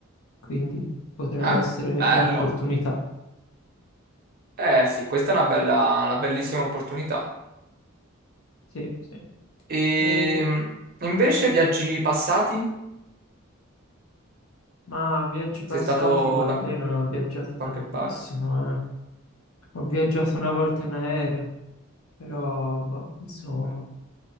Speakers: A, on the left; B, on the right.
A: quindi potrebbe
B: Eh,
A: essere
B: bello.
A: un'opportunità.
B: Eh sì, questa è una bella, una bellissima opportunità.
A: Sì, sì.
B: E
A: E-
B: mm, invece viaggi passati?
A: ma viaggi passati,
B: Sei stato
A: guarda,
B: da
A: io non ho viaggiato
B: qualche
A: tantissimo,
B: parte?
A: eh. Ho viaggiato una volta in aereo, però, boh, insomma,